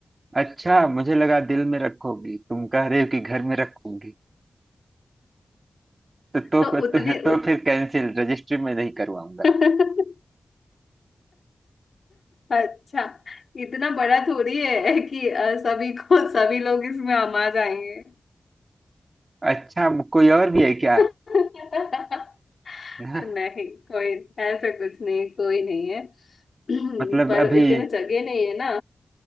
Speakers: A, on the right (about 40°); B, on the left (about 70°).
A: अच्छा मुझे लगा दिल में रखोगी तुम कह रहे हो कि घर में रखूंगी तो तो
B: तो
A: फिर तो,
B: उतने
A: तो
B: उ...
A: फिर कैंसिल रजिस्ट्री में नहीं करवाऊंगा
B: <laughs> अच्छा इतना बड़ा थोड़ी है कि अ, सभी को सभी लोग इसमें आमा जाएंगे
A: अच्छा कोई और भी है क्या
B: <laughs>
A: ना
B: नहीं कोई ऐसा कुछ नहीं कोई नहीं है <clears throat>
A: मतलब
B: पर
A: अभी
B: इतने जगह नहीं है ना